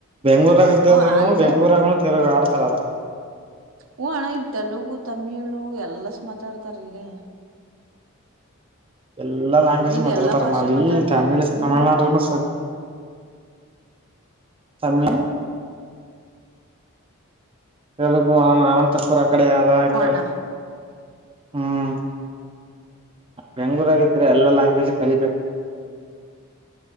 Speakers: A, on the right; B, on the right.
A: ಬೆಂಗ್ಳೂರಾಗ ಇದ್ದ
B: ಹ
A: ಅಂದ್ರನು
B: ಅಲ್ಲ
A: ಬೆಂಗ್ೂರಾಗನು ತಿೆಲಗ ಆಡ್ತಾರಲ್ಲಾ
B: ಹಓ ಅಣ್ಣ ಇಲ್ಲಿ ತೆಲುಗು ತಮಿಳು ಎಲ್ಲಸ್ ಮಾತಾಡ್ತಾರ್ ಇಲ್ಲಿ
A: ಎಲ್ಲಾ ಲಲ್ಾಂಗ್ಜ್
B: ಇಲ್ಲಿ
A: ಮಾತಾಡ್ತಾರೆ
B: ಎಲ್ಲಾ ಭಾಷೆ
A: ಮಿ
B: ಮಾತಾಡ್ತಾರ
A: ತಮಿಳ್
B: ಹ್ಮ್
A: ತಮಿಳ್ನಾಡನ ಸರಿ ಸಮಯ ತಲುಗ ಅನ ಅನಂತರ ಪರ ಅಕಡೆ ಯದ ಇಕಡೆ
B: ಹೂ ಅಣ್ಣ
A: ಹ್ಮ್ ಬೆಂಗ್ಗಳೂರಾಗಿದ್ರೆ ಎಲ್ಲಾ ಲ್ಯಾಂಗ್ವೇಜ್ ಕಲಿಬೇಕು